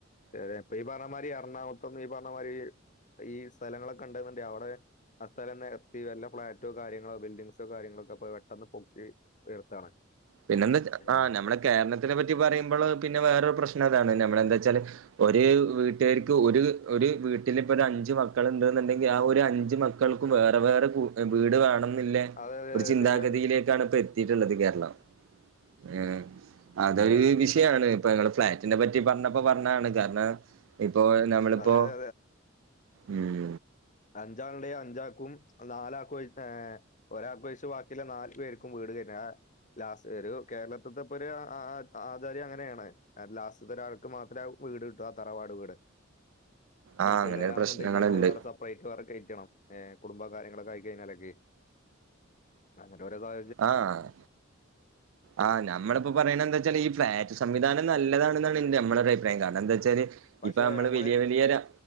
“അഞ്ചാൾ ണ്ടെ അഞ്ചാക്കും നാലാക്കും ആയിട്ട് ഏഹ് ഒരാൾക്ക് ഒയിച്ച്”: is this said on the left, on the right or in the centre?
Left